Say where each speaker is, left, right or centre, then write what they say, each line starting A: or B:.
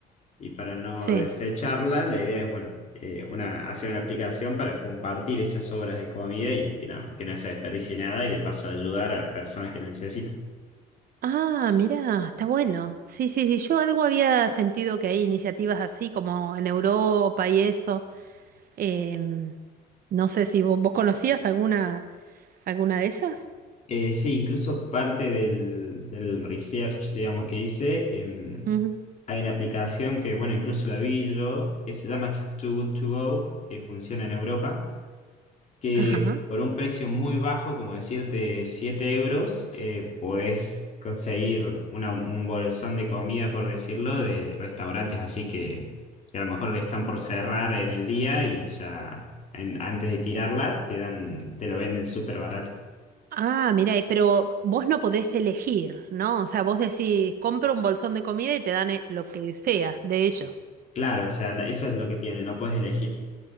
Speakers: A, on the left; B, on the right.
A: Y para no
B: Sí.
A: desecharla, la idea es, bueno, eh, una, hacer una aplicación para compartir esas obras de comida y que no, que no se desperdicie nada y de paso ayudar a las personas que lo necesitan.
B: Ah, mira, está bueno. Sí, sí, sí, yo algo había sentido que hay iniciativas así como en Europa y eso. Em, no sé si vos, vos conocías alguna, alguna de esas.
A: Eh, sí, incluso parte del, del research, digamos, que hice, em,
B: Ujú,
A: hay una aplicación que, bueno, incluso la vi yo, que se llama Too Good To Go, que funciona en Europa que
B: Ajá.
A: por un precio muy bajo, como decirte 7 euros, eh, podés conseguir una- un bolsón de comida, por decirlo, de restaurantes así que, que a lo mejor están por cerrar en el día y ya en- antes de tirarla te dan, te lo venden súper barato.
B: Ah, mira, eh, pero vos no podés elegir, ¿no? O sea, vos decís, compro un bolsón de comida y te dan eh, lo que sea de ellos.
A: Claro, o sea, eso es lo que tiene, no puedes elegir.